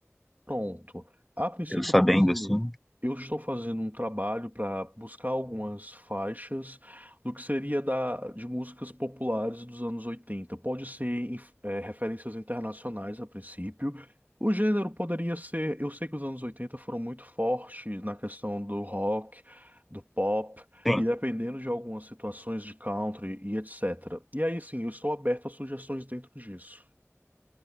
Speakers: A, on the right; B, in the centre.
A: Pronto. A princípio,
B: eu sabendo
A: eu estou fazendo,
B: assim,
A: eu estou fazendo um trabalho para buscar algumas faixas do que seria da, de músicas populares dos anos 80. Pode ser inf- eh, referências internacionais a princípio. O gênero poderia ser. Eu sei que os anos 80 foram muito fortes na questão do rock, do pop,
B: sim,
A: e dependendo de algumas situações de country e etc. E aí, sim, eu estou aberto a sugestões dentro disso.